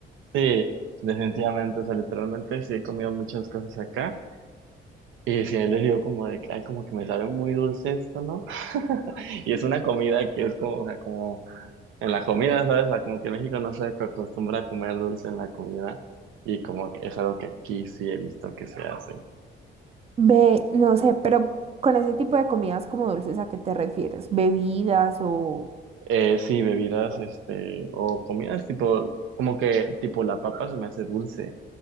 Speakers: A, on the right (about 80°); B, on the right (about 30°).
A: Sí, definitivamente, o sea, literalmente sí he comido muchas cosas acá. Y sí, él le digo como de que, ay, como que me sabe muy dulce esto, ¿no? <laughs> Y es una comida que es como, o sea, como en la comida, ¿sabes? O sea, como que México no se acostumbra a comer dulce en la comida y como que es algo que aquí sí he visto que se hace.
B: Ve, no sé, pero con ese tipo de comidas como dulces, ¿a qué te refieres? ¿Bebidas o...?
A: Eh, sí, bebidas, este, o comidas tipo, como que tipo la papa se me hace dulce.